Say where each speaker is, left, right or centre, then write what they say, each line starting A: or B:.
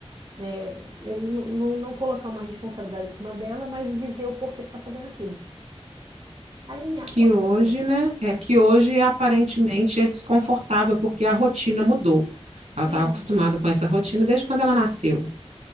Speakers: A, on the right; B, on the right.
A: né? Eu Não, não, colocar uma responsabilidade em cima dela, mas dizer o porquê que está fazendo aquilo. Alinhar
B: que
A: com ela
B: hoje,
A: só.
B: né? É que hoje aparentemente é desconfortável porque a rotina mudou. Ela
A: É,
B: está acostumada com essa rotina desde quando ela nasceu,